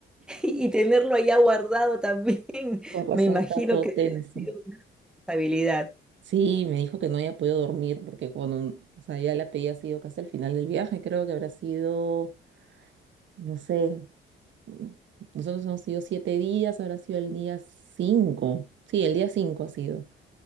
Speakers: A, in the centre; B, on the right.
A: y tenerlo allá guardado también. <laughs>
B: Por razón
A: Me imagino
B: estaba todo
A: que
B: tenso.
A: ha sido una responsabilidad.
B: Sí, me dijo que no había podido dormir porque cuando, o sea, ya la pedí ha sido casi al final del viaje, creo que habrá sido, no sé, mm, nosotros hemos sido siete días, habrá sido el día cinco. Sí, el día cinco ha sido.